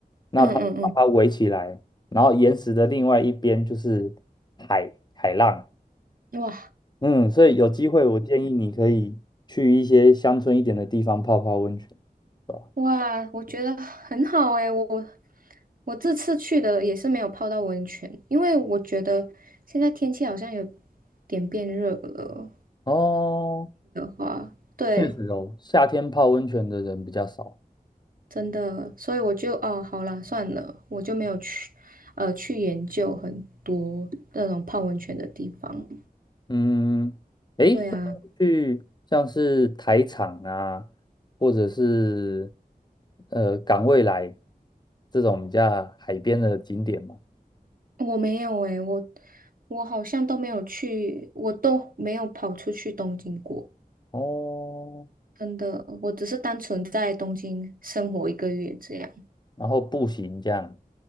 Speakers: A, on the left (about 30°); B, on the right (about 65°).
A: 那它就把它围起来，
B: 嗯嗯
A: 然后岩石的另外一边就是海海浪，
B: 嗯，哇。
A: 嗯，所以有机会我建议你可以去一些乡村一点的地方泡泡温泉，对吧？
B: 哇，我觉得很好诶，我我这次去的也是没有泡到温泉，因为我觉得现在天气好像有点变热了
A: 哦。
B: 啊，对，
A: 确实哦，夏天泡温泉的人比较少。
B: 真的，所以我就哦，好啦，算了，我就没有去呃去研究很多那种泡温泉的地方。
A: 嗯，诶，
B: 对啊，
A: 所以我去像是台场啊，或者是呃港未来这种比较海边的景点嘛。
B: 我没有诶，我我好像都没有去，我都没有跑出去东京过，
A: 哦，
B: 真的，我只是单纯在东京生活一个月这样。
A: 然后步行这样，